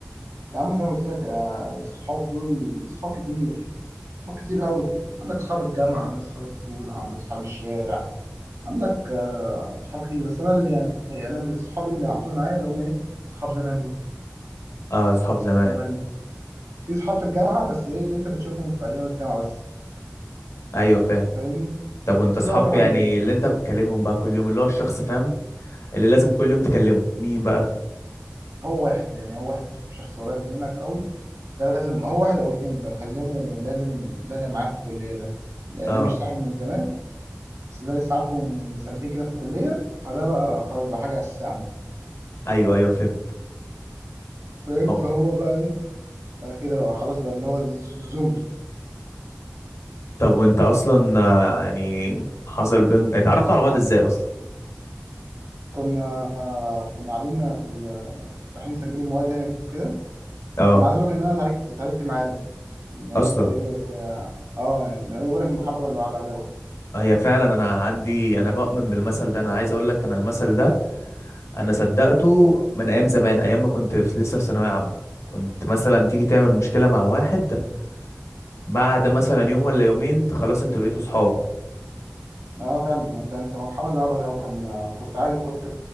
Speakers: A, on the right; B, on the left.
A: يا عم زي ما قلت لك آه، الصحاب دول صحاب كتير صحاب كتير قوي عندك صحاب الجامعه عندك صحاب الطفوله عندك صحاب الشارع عندك آه، صحاب كتير بس انا اللي يعني انا اللي الصحاب اللي على طول معايا اللي هم ايه صحاب زمان دول
B: اه أصحاب زمان
A: هم في صحاب في الجامعة بس ايه اللي انت بتشوفهم في ايام الجامعة بس
B: أيوة فاهم
A: انت فاهمني
B: طب وأنت
A: في
B: أصحاب
A: بقى طبعا
B: يعني
A: ال...
B: اللي أنت بتكلمهم بقى كل يوم اللي هو الشخص فاهم اللي لازم كل يوم تكلمه مين بقى؟
A: هو واحد يعني هو واحد شخص قريب منك قوي ده لازم هو واحد او اتنين بكلمه لازم ده معاه في الكلية ده يعني
B: اه
A: ده مش صاحب من زمان بس ده لسه عارفه من سنتين كده في الكلية فده بقى خلاص بقى حاجة أساسية عندي
B: ايوه ايوه فهمت
A: فاهم
B: أو.
A: فهو بقى ايه بقى كده بقى خلاص بقى اللي هو الز- الزمر
B: طب وانت اصلا آه، يعني حصل بين اتعرفتوا على بعض ازاي اصلا
A: كنا كنا قاعدين في ال... رايحين نسجلوا المواد يعني وكده
B: اه
A: انا عايز اقول لك ان انا اتعاركت اتعاركت معاه هو
B: اصلا
A: انت ايه اه آه، يعني ايه بقول لك المحبه اللي بعد عداوه
B: هي فعلا انا عندي انا بؤمن بالمثل ده انا عايز اقول لك انا المثل ده انا صدقته من ايام زمان ايام ما كنت في لسه في ثانويه عامه كنت مثلا تيجي تعمل مشكله مع واحد بعد مثلا يوم ولا يومين خلاص انتوا بقيتوا صحاب
A: اه فعلا انت انت المحبه اللي بعد عداوه كان كنت عايز كنت